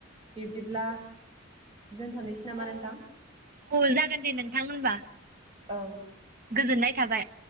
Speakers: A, on the right; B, on the right.
A: बिब्दिब्ला दोनथ'नोसै नामा
B: औ
A: नोंथां
B: औ जागोन दे नोंथां होनबा
A: औ
B: गोजोननाय थाबाय।